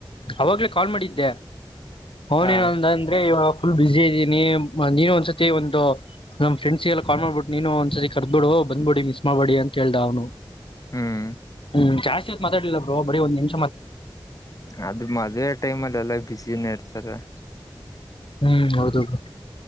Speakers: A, on the left; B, on the left.
A: ಅವಾಗ್ಲೇ ಕಾಲ್ ಮಾಡಿದ್ದೆ ಅವನೇನು
B: ಹ
A: ಅಂದ ಅಂದ್ರೆ ಫುಲ್ ಬಿಸಿ ಇದ್ದೀನಿ ನೀ ಒಂದಸತಿ ಒಂದು ನಮ್ಮ ಫ್ರಂಡ್ಸ್ಲ್ಲ ಕಾಲ್ ಮಾಡ್ಬಿಟ್ಟು ನೀನು ಒಂದ್ಸತಿ ಕರ್ದಬಿಡು ಬಂದ್ಬಿಡಿ ಮಿಸ್ ಮಾಡ್ಬಿಡಿ ಅಂತ ಹೇಳ್ದ ಅವ್ನು
B: ಹ್ಮ್
A: ಹ್ಮ ಜಾಸ್ತಿತ್ ಮಾತಡಿಿಲ್ಲ ಬ್ರ ಬೀ ಒಂದ ನಿಮ್
B: ಅದು ಮದ್ುವವೆ ಟೈಮ್ಲ್ಲಿ ಎಲ್ಲ ಬ್ಯುಿಸಿನ ಇರ್ತಾರ
A: ಹ್ಮ್ ಹೌದು ಬ್ರೋ